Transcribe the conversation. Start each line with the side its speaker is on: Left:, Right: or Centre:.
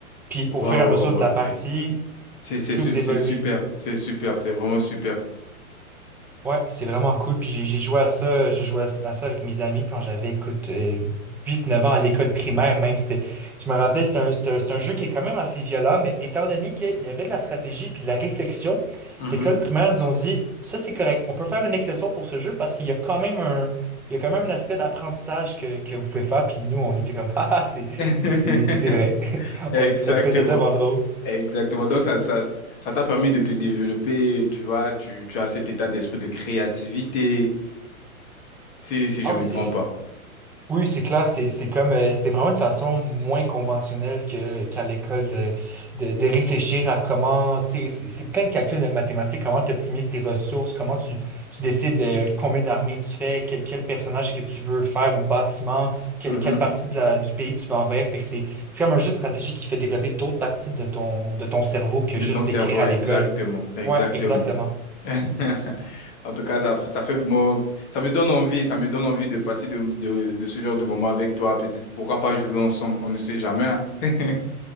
Centre: puis au
Left: Waouh,
Centre: fur et à mesure
Left: waouh, waouh,
Centre: de la partie,
Left: c'est c'est- c'est- c'est
Centre: plus
Left: su-
Centre: vous
Left: c'est
Centre: évoluez,
Left: super, c'est super, c'est vraiment super.
Centre: Ouais, c'est vraiment cool. Puis j'ai j'ai joué à ça, je jouais à ça avec mes amis quand j'avais, écoute, euh, huit neuf ans à l'école primaire même. C'était, je me rappelais, c'était un, c'était un, c'est un jeu qui est quand même assez violent, mais étant donné qu'il y avait de la stratégie puis de la réflexion,
Left: Mhm.
Centre: l'école primaire nous ont dit, ça c'est correct, on peut faire une exception pour ce jeu parce qu'il y a quand même un, il y a quand même un aspect d'apprentissage que, que vous pouvez faire. Puis nous, on était comme, <laughs> ah, ah, c'est,
Left: <laughs>
Centre: c'est, c'est vrai. <laughs>
Left: Exactement.
Centre: On, on trouvait ça tellement drôle.
Left: Exactement. Donc, ça, ça, ça t'a permis de te développer, tu vois, tu, tu as cet état d'esprit de créativité, si, si
Centre: Ah
Left: je ne
Centre: oui,
Left: me
Centre: c'est
Left: trompe
Centre: clair.
Left: pas.
Centre: Oui, c'est clair, c'est c'est comme euh, c'était vraiment une façon moins conventionnelle que qu'à l'école de, de de réfléchir à comment, tu sais, c'est c'est plein de calculs de mathématiques, comment tu optimises tes ressources, comment tu tu décides euh, combien d'armées tu fais, quel, quel personnage que tu veux faire ou bâtiment, quelle
Left: Mhm.
Centre: quelle partie de la du pays tu vas envers. Fait que c'est c'est comme un jeu de stratégie qui fait développer d'autres parties de ton de ton cerveau que
Left: De
Centre: juste
Left: ton cerveau,
Centre: d'écrire à
Left: exactement,
Centre: l'école.
Left: exactement.
Centre: Ouais, exactement.
Left: <laughs> En tout cas, ça, f- ça fait, mo- ça me donne envie, ça me donne envie de passer de, de- de ce genre de moment avec toi. Peut-être, pourra pas jouer ensemble, on ne sait jamais. hein. <laughs>